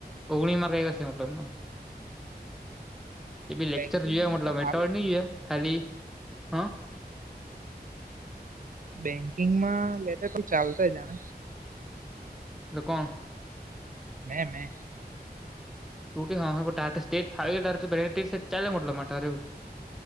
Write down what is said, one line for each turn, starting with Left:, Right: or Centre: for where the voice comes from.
Centre: ઓગણી મારગ એવાસે મતલબ. એ બી લેક્ચર
Right: બેંકિંગ
Centre: જોયા મતલબ
Right: તો સારું
Centre: એટલા વડ નઈ જોયા ખાલી. હાં.
Right: બેંકિંગમાં લેતા તો ચાલતા જાણે.
Centre: ત કોણ.
Right: મે મે.
Centre: તૂટી ખાવાની તારે તો સ્ટેટ ફાવે તારે તો પ્રેક્ટિસ જ ચાલે મતલબમાં તારે એવું